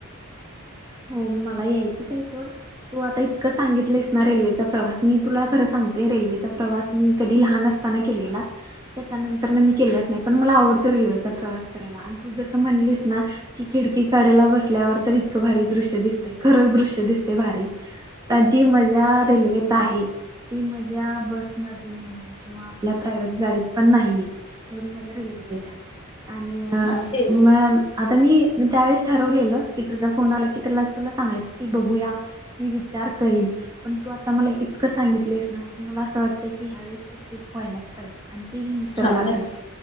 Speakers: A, on the right (about 15°); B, on the left (about 25°).
A: हो मला यायचच आहे सोड तू आता इतकं सांगितलंस ना रेल्वेचा प्रवास मी तुला खरं सांगते रेल्वेचा प्रवास मी कधी लहान असताना केलेला त्याच्यानंतर न मी केलाच नाही पण मला आवडतो रेल्वेचा प्रवास करायला आणि तू जसं म्हणलीस ना की खिडकी कडेला बसल्यावर तर इतकं भारी दृ दि खरच दृश्य दिसते भारी आ जी मजा रेल्वेत आहे ती मज्या बसमध्ये म्हण किंवा आपल्या प्रायवहेट गाडीत पण नाहीये तेवढी मा रेल्वेत येत्या आणि
B: हा ते
A: म तर मी त्यावेळेस ठरवलेलं की तुझ्या फोन आला की त्याला तुला सांगायचं की बघूया मी विचार करन पण तू आता मला इतकं सांगितलेस ना की मला असं वाटते की ह्यावेळेची ट्रिप व्हायलाच पाहिजे निसर्गातच
B: हा नक्की